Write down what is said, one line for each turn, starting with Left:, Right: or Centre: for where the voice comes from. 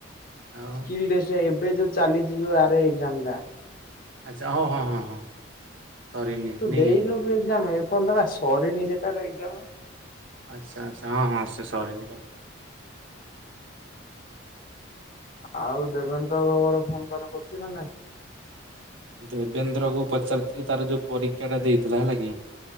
Right: ଆଉ
Left: କି ଟେଷ୍ଟ? ଏବେ ଯୋଉ ଚାଲିଛି ଯୋଉ ଆରାଇ ଏକ୍ଜାମ ଟା।
Right: ଆଚ୍ଛା ହ ହଁ ହଁ ହଁ। ସରିନି
Left: ତୁ
Right: ନାଇଁକି
Left: ଦେଇନୁ କି ଏକ୍ଜାମ ଏପର୍ଯ୍ୟନ୍ତ ବା ସରିନି ସେଟାର ଏକ୍ ଜାମ।
Right: ଆଚ୍ଛା ଆଚ୍ଛା ହଁ ହଁ ସେ ସରିନି ବା।
Left: ଆଉ ଦେବେନ୍ତ ବାବୁର ଫୋନ ଫାନ କରୁଛି ନା ନାଇଁ
Right: ଦେବେନ୍ଦ୍ରକୁ ପଚାରିଥିଲି ତାର ଯୋଉ ପରୀକ୍ଷାଟା ଦେଇଥିଲା ହେଲା କି